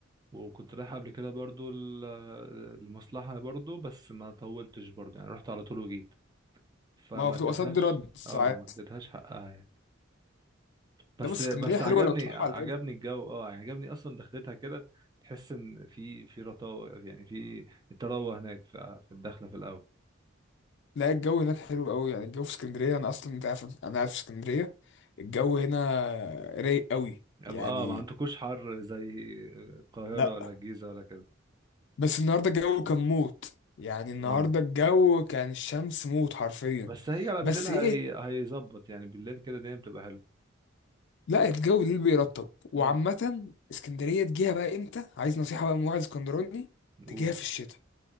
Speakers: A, on the right (about 20°); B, on the left (about 65°).
A: وكنت رايح قبل كده برضو ال- المصلحه برضو بس ما طولتش برضو يعني رحت على طول وجيت فما
B: ما هو بتبقى
A: اديتهاش
B: صد رد ساعات
A: اه ما اديتهاش حقها يعني بس
B: ده بس
A: بس
B: اسكندرية حلوة
A: عجبني
B: لو تروح
A: عجبني
B: على الهادي
A: الجو اه عجبني اصلا دخلتها كده تحس ان في في رطاوه يعني في التروه هناك في في الدخله في الاول
B: لا الجو هناك حلو قوي يعني الجو في اسكندرية أنا أصلا أنت عارف أنا عارف اسكندرية الجو هنا رايق قوي يعني
A: اه ما عندكوش حر زي القاهره
B: لا
A: ولا الجيزه ولا كده
B: بس النهاردة الجو كان موت يعني النهاردة
A: آه.
B: الجو كان الشمس موت حرفيا
A: بس هيجي على
B: بس
A: بالليل هي...
B: إيه
A: هيظبط يعني بالليل كده الدنيا بتبقى حلوه
B: لا الجو اللي بيرطب وعامة
A: امم
B: اسكندرية تجيها بقى إمتى عايز نصيحة بقى من واحد اسكندراني
A: قول
B: تجيها في الشتاء